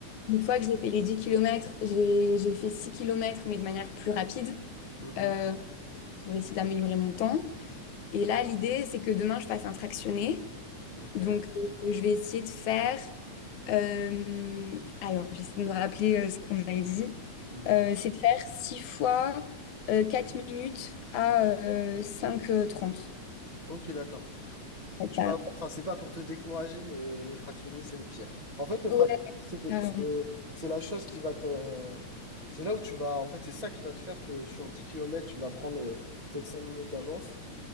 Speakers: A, on the left; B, on the right.
A: Une fois que j'ai fait les 10 kilomètres, j'ai, j'ai fait 6 kilomètres, mais de manière plus rapide
B: Mhm.
A: euh, pour essayer d'améliorer mon temps. Et là, l'idée, c'est que demain, je fasse un fractionné.
B: Ok.
A: Donc, euh, je vais essayer de faire. euh, alors, j'essaie de me rappeler euh, ce qu'on a dit.
B: Mhm.
A: Euh, c'est de faire 6 fois euh, 4 minutes à euh, cinq h 30
B: Ok, d'accord.
A: Ouais,
B: Tu
A: ça-
B: vas avoir- enfin, c'est pas pour te décourager, mais le fractionner, c'est le pire. En fait, le
A: ouais,
B: fractionner, c'est que-
A: carrément.
B: c'est c'est la chose qui va te. C'est là où tu vas. En fait, c'est ça qui va te faire que sur 10 kilomètres tu vas prendre euh, peut-être 5 minutes d'avance.